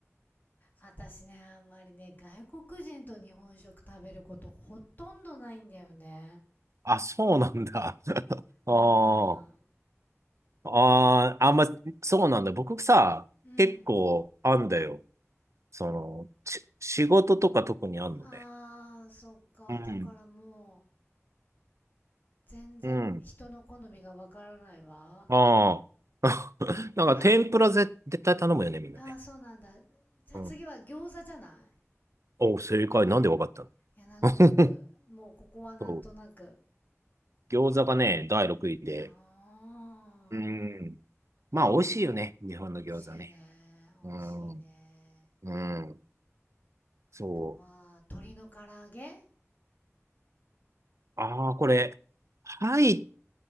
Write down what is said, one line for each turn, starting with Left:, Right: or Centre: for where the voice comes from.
Left: 私ね、あんまりね、外国人と日本食食べることほとんどないんだよね。
Right: あ、そうなんだ。<laughs> あ
Left: うー
Right: あ。
Left: ん。
Right: ああ、あんま、そうなんだ。僕さ、
Left: うん。
Right: 結構あんだよ。その、し仕事とか特にあんのね。
Left: あー、そっか。
Right: うん。
Left: だからもう、全然人の好みがわからないわ。
Right: うん。ああ。<laughs> なんか天ぷらぜ絶対頼むよね、
Left: あ、
Right: みんなね。
Left: あー、そうなんだ。じゃあ次は餃子じゃない
Right: うん。お、正解。なんでわかったの
Left: いや、なんとなく。
Right: <laughs>
Left: もうここはなんとなく。
Right: そう。餃子がね、第6位で。
Left: あ
Right: うん。まあ、美味しいよね。日本の餃子ね。
Left: ー、美味しいね。美味しいね。
Right: うん。うん。そう。
Left: あとは、鶏の唐揚げ
Right: ああ、これ、入っ